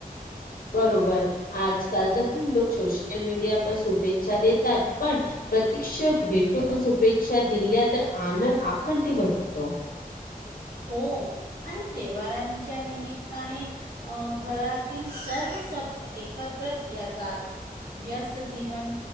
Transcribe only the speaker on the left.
बरोबर आजकाल तर लोक सोशल मीडिया प शुभेच्छा देतात पण प्रत्यक्ष भेटून शुभेच्छा दिल्या तर आनंद आखण त बतो.